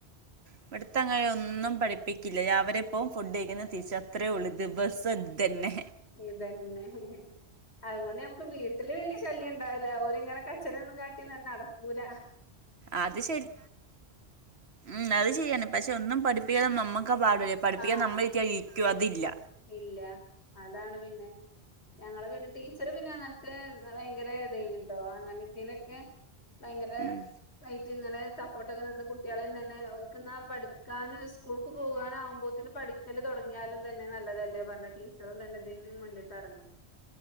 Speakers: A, on the right; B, on the left.
A: ഇവിടത്തെങ്ങനെ ഒന്നും പഠിപ്പിക്കില്ല രാവിലെ പോവും ഫുഡ് കഴിക്കുന്ന് ത്തിച് അത്രയെ ഉള്ളൂ ദിവസം ഇത്തന്നെ
B: ഇത് തന്നെ അതുകൊണ്ട് നമുക്ക് വീട്ടില് വല്യ ശല്യം ഉണ്ടാവില്ല. അവരിങ്ങനെ കച്ചറന്നും കാട്ടിനടക്കൂല
A: അത് ശരി മം അത് ശരിയാണ് പക്ഷെ ഒന്നും പഠിപ്പിക്കാലും നമ്മക്കാ പാട് പഠിപ്പിക്കാൻ
B: ആഹ്
A: നമ്മള് ഇരിതിയ ഇരികൊ അതില്ല
B: ഇല്ല അതാണ് പിന്നെ, ഞങ്ങള് പിന്നെ ടീച്ചറ് പിന്നെ അങ്ങനത്തെ ഭയങ്കര ഇതെനിട്ടോ അങ്ങനെ ഇതിനൊക്കെ ഭയങ്കര
A: ഉം
B: ആയിട്ട് ഇങ്ങനെ സപ്പോർട്ടൊക്കെ നിന്ന് കുട്ടികളെ തന്നെ ഓല്ക്ന്നാ പഠിക്കാനും സ്കൂൾക്ക് പോകാനും ആകുമ്പോത്തിന് പഠിക്കല് തുടങ്ങിയാലും തന്നെ നല്ലതല്ലേ പറഞ്ഞിട്ട് ടീച്ചറും തന്നെ ഇതിനും മുന്നിട്ട് ഇറങ്ങി